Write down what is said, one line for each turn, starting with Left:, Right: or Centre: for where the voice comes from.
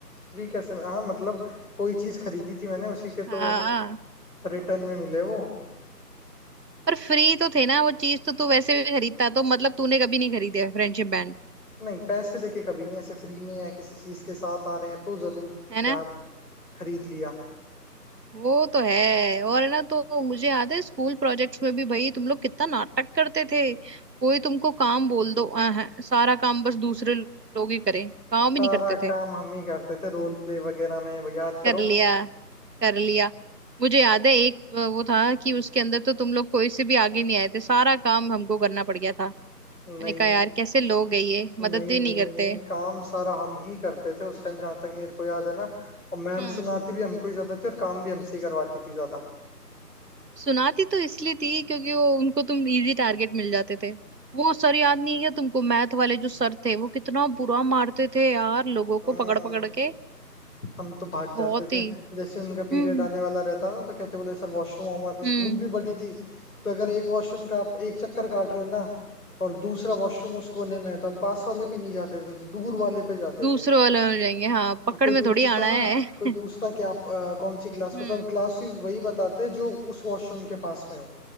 Left: फ्री कैसे में हाँ मतलब कोई चीज खरीदी थी मैंने उसी के
Right: हाँ
Left: तो रिटर्न में मिले वो
Right: पर फ्री तो थे ना वो चीज तो तू वैसे भी खरीदता तो मतलब तूने कभी नहीं खरीदे फ्रेंडशिप
Left: नहीं पैसे देके कभी नहीं ऐसे फ्री में या किसी चीज के साथ आ रहे हैं तो जरूर क्या
Right: है ना
Left: खरीद लिया
Right: वो तो है और है ना तो मुझे याद है स्कूल प्रोजेक्ट्स में भी भाई तुम लोग कितना नाटक करते थे कोई तुमको काम बोल दो अ, है, सारा काम बस दूसरे लोग ही करें काम ही
Left: सारा
Right: नहीं करते थे
Left: काम हम ही करते थे रोल प्ले वगैरह में वो याद
Right: कर
Left: करो
Right: लिया कर लिया मुझे याद है एक अ, वो था कि उसके अंदर तो तुम लोग कोई से भी आगे नहीं आए थे सारा काम हमको करना पड़ गया था मैंने
Left: नहीं
Right: कहा यार कैसे लोग है ये मदद
Left: नहीं
Right: भी
Left: नहीं
Right: नहीं करते
Left: नहीं काम सारा हम ही करते थे उस टाइम जहां तक मेरे को याद है ना और मैम
Right: हम्म
Left: सुनाती भी हमको ही ज्यादा थी और काम भी हमसे ही करवाती थी ज्यादा
Right: सुनाती तो इसलिए थी क्योंकि वो उनको तुम इजी टारगेट मिल जाते थे वो सर याद नहीं है क्या तुमको मैथ वाले जो सर थे वो कितना बुरा मारते थे यार लोगों
Left: हम्म
Right: को पकड़ पकड़ के
Left: हम तो भाग जाते
Right: बहुत
Left: थे
Right: ही
Left: जैसे उनका पीरियड
Right: हम्म
Left: आने वाला रहता ना तो कहते बोले सर वॉशरूम हमारे स्कूल
Right: हम्म
Left: भी बड़ी थी तो अगर एक वॉशरूम का आप एक चक्कर काट रहे हो ना और दूसरा वॉशरूम उस कोने में है तो हम पास वाले पे नहीं जाते थे तो दूर वाले पे जाते
Right: दूसरे
Left: थे
Right: वाले हो जाएंगे हाँ पकड़
Left: और कोई
Right: में
Left: पूछता
Right: थोड़ी आना
Left: ना
Right: है
Left: कोई पूछता
Right: <laughs>
Left: कि आप अ, कौन सी क्लास
Right: हम्म
Left: में तो हम क्लास भी वही बताते जो उस वॉशरूम के पास में हो